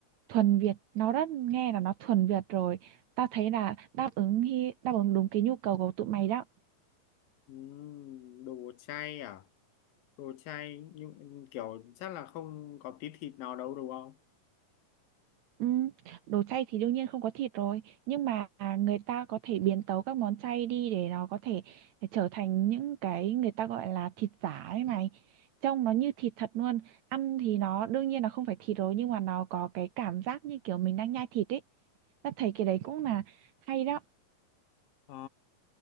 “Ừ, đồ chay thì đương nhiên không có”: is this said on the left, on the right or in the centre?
Right